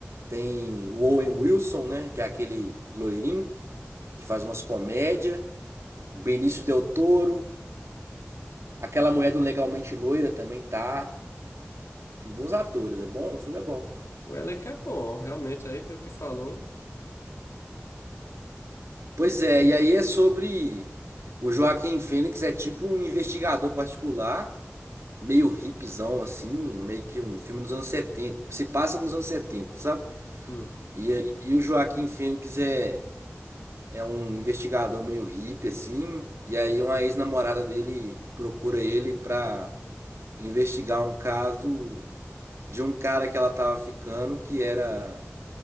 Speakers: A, on the right; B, on the left.
A: tem o Owen Wilson, né? Que é aquele loirinho que faz umas comédias. Benício Del Toro. Aquela mulher do Legalmente Loira também tá. Tem bons atores, é bom, o filme é bom.
B: O elenco é bom, realmente, aí, pelo que falou.
A: Pois é, e aí é sobre. O Joaquim Fênix é tipo um investigador particular, meio hipzão assim, meio que um filme dos anos setenta Se passa nos anos setenta sabe?
B: Hum,
A: E, aí- e o Joaquim Fênix é, é um investigador meio hippie assim, e aí uma ex-namorada dele procura ele pra investigar um caso de um cara que ela tava ficando que era